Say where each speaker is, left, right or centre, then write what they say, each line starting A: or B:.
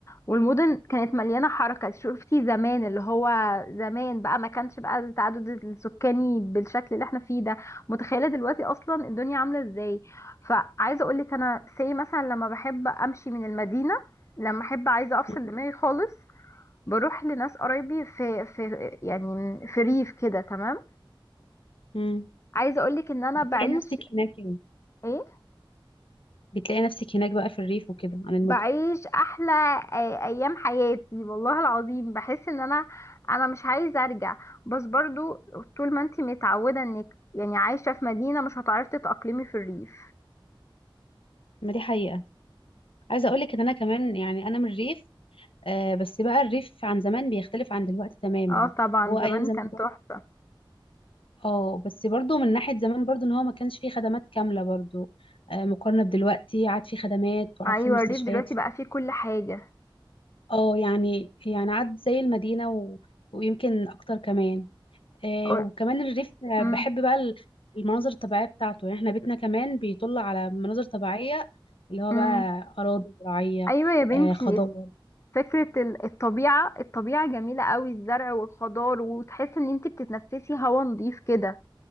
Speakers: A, on the left (about 35°); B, on the left (about 80°).
A: والمدن كانت مليانة حركة شفتي زمان اللي هو زمان بقى ما كانش بقى التعدد السكاني بالشكل اللي احنا فيه ده متخيلة دلوقتي اصلا الدنيا عاملة ازاي فعايزة اقولك انا سي مثلا لما بحب امشي من المدينة لما احب عايزة افصل
B: مم.
A: دماغي خالص بروح لناس قرايبي في في يعني في ريف كده تمام
B: مم.
A: عايزه اقولك ان انا
B: بتلاقي
A: بعيش
B: نفسك هناك يعني
A: ايه
B: بتلاقي نفسك هناك بقى في الريف وكده عن المدن
A: بعيش احلى آه، ايام حياتي والله العظيم بحس ان انا انا مش عايزه ارجع بس برضو طول ما انتي متعوده انك يعني عايشه في مدينه مش هتعرفي تتاقلمي في الريف
B: ما دي حقيقه عايزه اقول لك ان انا كمان يعني انا من الريف آه، بس بقى الريف عن زمان بيختلف عن دلوقتي تماما
A: اه طبعا
B: هو ايام
A: زمان
B: زمان
A: كان تحفه
B: اه بس برضو من ناحية زمان برضو ان هو ما كانش فيه خدمات كاملة برضو آه، مقارنة بدلوقتي عاد فيه خدمات وعاد
A: ايوه
B: فيه مستشفيات
A: الريف دلوقتي
B: في
A: بقى فيه كل حاجه
B: اه يعني يعني عاد زي المدينة و... ويمكن اكتر كمان آه،
A: أو-
B: وكمان الريف آه،
A: مم.
B: بحب بقى ال- المناظر الطبيعية بتاعته يعني احنا بيتنا كمان بيطل على مناظر طبيعية اللي هو
A: مم.
B: بقى أراضي زراعية
A: ايوه يا بنتي
B: آه، خضار
A: فكرة ال- الطبيعة الطبيعة جميلة قوي الزرع والخضار وتحس ان انتي بتتنفسي هوا نظيف كده